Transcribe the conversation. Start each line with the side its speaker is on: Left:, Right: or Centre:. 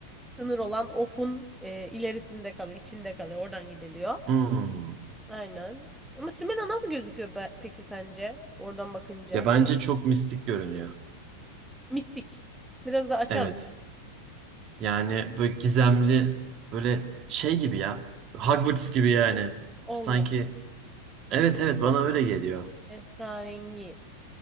Centre: sınır olan Of'un e, ilerisinde kalıyor, içinde kalıyor. Oradan gidiliyor.
Right: Hmm.
Centre: Aynen. Ama Simena nasıl gözüküyor be- peki sence? Oradan bakınca.
Right: Ya bence çok mistik görünüyor.
Centre: Mistik. Biraz da açar
Right: Evet.
Centre: mısın?
Right: Yani böyle gizemli böyle şey gibi ya. Hogwarts gibi yani.
Centre: Allah.
Right: Sanki evet evet bana öyle geliyor.
Centre: Esrarengiz.